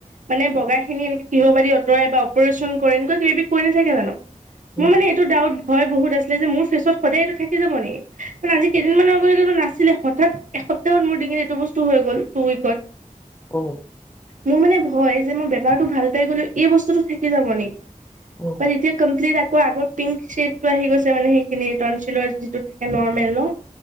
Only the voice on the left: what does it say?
অ
অ
অ'।
অ,